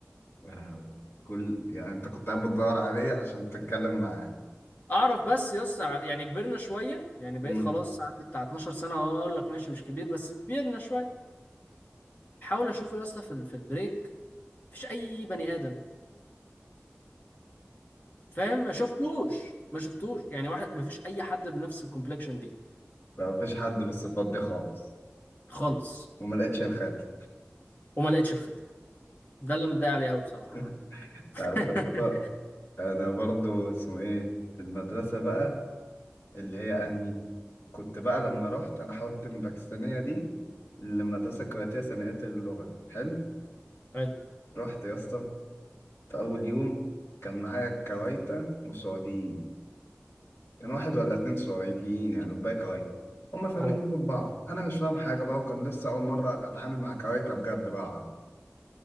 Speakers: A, on the left; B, on the left.
A: يا لهوي كل يعني انت كنت قاعد بتدور عليه عشان تتكلم معاه
B: اعرف بس يس يعني كبرنا شويه يعني بقيت
A: امم
B: خلاص عندي بتاع 12 سنه أهو، اقول لك ماشي مش كبير بس كبرنا شويه حاول اشوفه يا اسطى في ال- في البريك مفيش اي بني ادم فاهم ما شفتوش ما شفتوش يعني واحد مفيش اي حد بنفس الكومبلكشن دي
A: لا مفيش حد بالصفات دي خالص
B: خالص
A: وما لقيتش الخاتم
B: وما لقيتش الخاتم ده اللي أنا متضايق عليه قوي بصراحه
A: <laughs>
B: بقى
A: انت
B: <laughs>
A: عارف يا اسطى انا برضو اسمه ايه في المدرسه بقى اللي هي انهي كنت بقى لما رحت انا حاولت من باكستانيه دي للمدرسه الكويتيه ثانويه اللغه حلو
B: حلو
A: رحت يا اسطى في اول يوم كان معايا كويتة وسعوديين كان واحد ولا اتنين سعوديين يعني وباقي كويت هما فاهمين
B: اه
A: لغة بعض انا مش فاهم حاجه بقى وكان لسه اول مره اتعامل مع كويتة بجد بقى اعرف